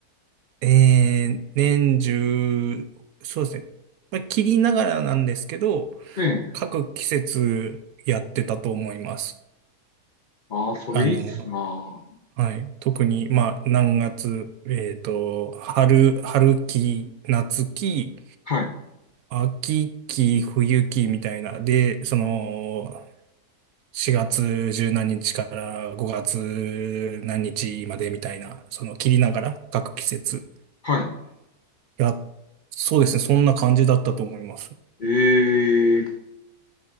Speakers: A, on the right (about 70°); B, on the left (about 70°).
A: えー年中、そうですね。まあ、切りながらなんですけど、
B: ええ。
A: 各季節やってたと思います。
B: ああ、それいいっすな。
A: あの、はい。特に、まあ、何月、えっと、春、春期、夏期、
B: はい。
A: 秋期、冬期みたいな。で、その、4月十何日から5月何日までみたいな、その切りながら各季節。
B: はい。
A: いや、そうですね。そんな感じだったと思います。
B: ええ、